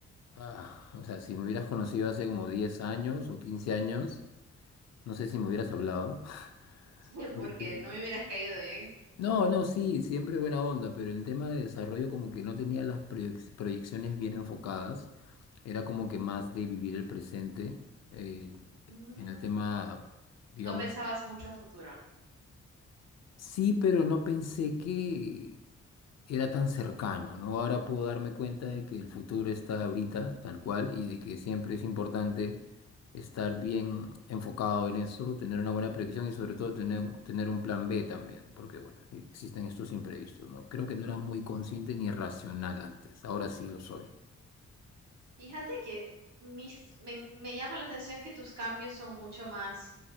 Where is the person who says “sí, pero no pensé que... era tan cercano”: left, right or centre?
Left